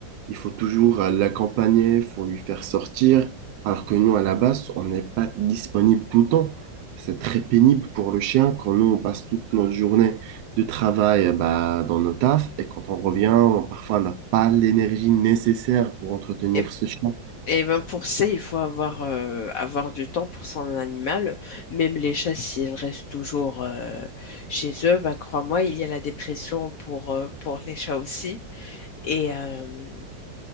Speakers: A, on the right (about 80°); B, on the left (about 70°).
A: il faut toujours euh, l'accompagner, il faut lui faire sortir, alors que nous, à la base, on n'est pas disponible tout le temps. C'est très pénible pour le chien quand nous, on passe toute notre journée de travail euh, bah, dans nos tafs et quand on revient, on- parfois, on n'a pas l'énergie nécessaire pour entretenir
B: Et
A: ce chien.
B: Et ben pour ça, il faut avoir, euh, avoir du temps pour son animal. Même les chats, s'ils restent toujours euh, chez eux, ben crois-moi, il y a la dépression pour, euh, pour les chats aussi. Et, euh,